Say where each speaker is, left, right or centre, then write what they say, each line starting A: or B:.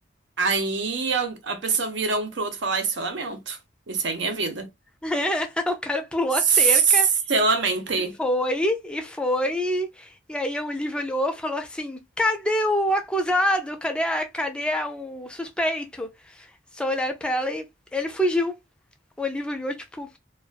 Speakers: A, on the right (about 75°); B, in the centre.
A: Aí a, a pessoa vira um pro outro e fala, isso eu lamento. E segue a vida.
B: <laughs> O cara pulou
A: Se
B: a cerca
A: lamente.
B: e foi, e foi. E aí o Olivia olhou e falou assim: cadê o acusado? Cadê, a, cadê a- o suspeito? Só olharam pra ela e ele fugiu. O Olívio olhou, tipo,